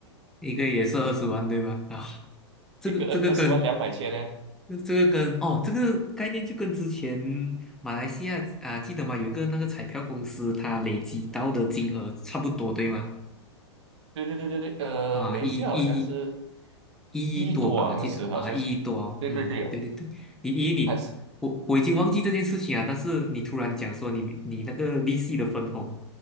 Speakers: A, in the centre; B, on the right.
A: 一个也是二十万对吧？啊，
B: <laughs>
A: 这个这个跟
B: 一个二二十万两百千呢。
A: 这个跟哦，这个概念就跟之前马来西亚啊，记得吗？有一个那个彩票公司，它累积到的金额差不多对吗？
B: 对对对对对，呃，
A: 啊，
B: 没事，
A: 一一
B: 好像是
A: 一亿多吧，
B: 一多啊，
A: 我记得啊，
B: 那时好像是，
A: 一亿多哦，
B: 对对对哦，
A: 嗯，对对对，你一你我我已经忘记这件事情啊，
B: 还是
A: 但是你突然讲说你你那个利息的分红，